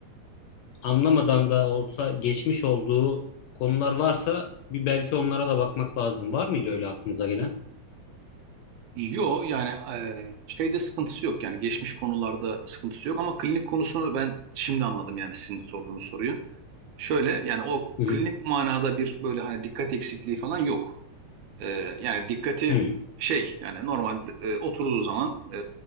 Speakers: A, on the left; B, on the right.
A: anlamadan da olsa geçmiş olduğu konular varsa bir belki onlara da bakmak lazım. Var mıydı öyle aklınıza gelen?
B: Yo yani eee, şeyde sıkıntısı yok yani geçmiş konularda sıkıntısı yok ama klinik konusunu ben şimdi anladım yani sizin sorduğunuz soruyu. Şöyle yani o
A: Hı
B: klinik
A: hı.
B: manada bir böyle hani dikkat eksikliği falan yok. Eee, yani dikkati
A: Hı.
B: şey yani normal e, oturduğu zaman e,